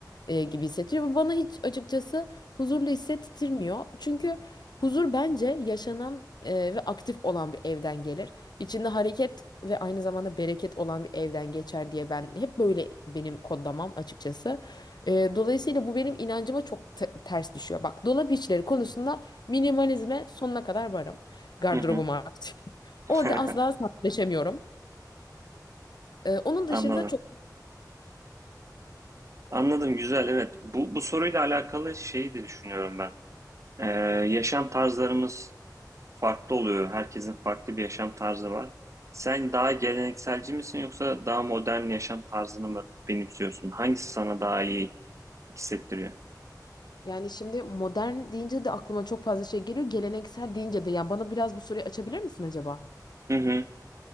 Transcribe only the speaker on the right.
Hı hı.
<laughs>
Anladım.
Anladım, güzel, evet. Bu, bu soruyla alakalı şeyi de düşünüyorum ben. Ee, yaşam tarzlarımız farklı oluyor. Herkesin farklı bir yaşam tarzı var. Sen daha gelenekselci misin yoksa daha modern yaşam tarzını mı benimsiyorsun? Hangisi sana daha iyi hissettiriyor?
Hı hı.